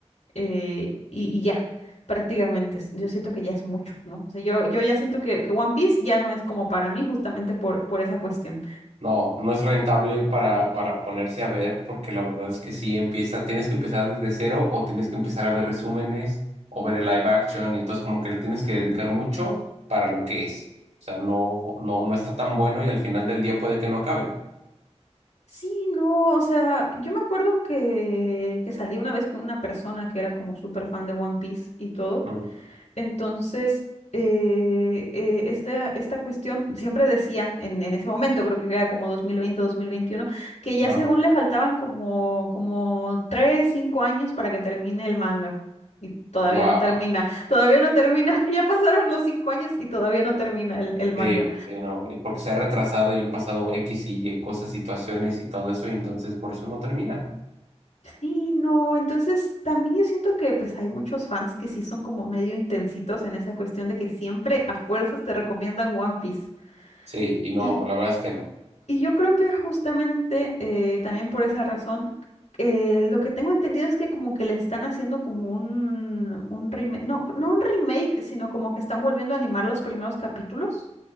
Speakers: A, on the left; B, on the right.
A: eh, y, y ya, prácticamente. es- Yo siento que ya es mucho, ¿no? O sea, yo, yo ya siento que, que One Piece ya no es como para mí justamente por, por esa cuestión.
B: No, no es rentable para, para ponerse a ver, porque la verdad es que sí empieza, tienes que empezar desde cero o tienes que empezar a ver resúmenes o ver el live action, y entonces como que le tienes que dedicar mucho para lo que es. O sea, no, no, no está tan bueno y al final del día puede que no acabe.
A: Sí, no, o sea, yo me acuerdo que, que salí una vez con una persona que era como súper fan de One Piece y todo.
B: Mm.
A: Entonces, eh, eh, esta, esta cuestión siempre decía, en, en ese momento, creo que era como dos dos mil veinte dos mil veintiuno que ya
B: Ah,
A: según le faltaban como, como 3 5 años para que termine el manga. Y todavía
B: wow.
A: no termina, todavía no termina, <laughs> ya pasaron los 5 años y todavía no termina el, el manga.
B: Sí, sí, no, y porque se ha retrasado y han pasado X y Y cosas, situaciones y todo eso, y entonces por eso no termina.
A: Sí, no, entonces también yo siento que pues hay muchos fans que sí son como medio intensitos en esa cuestión de que siempre a fuerzas te recomiendan One Piece.
B: Sí, y no,
A: Y,
B: la verdad es que no.
A: y yo creo que justamente eh, también por esa razón, eh, lo que tengo entendido es que como que le están haciendo como un, un remake, no, no un remake, sino como que están volviendo a animar los primeros capítulos.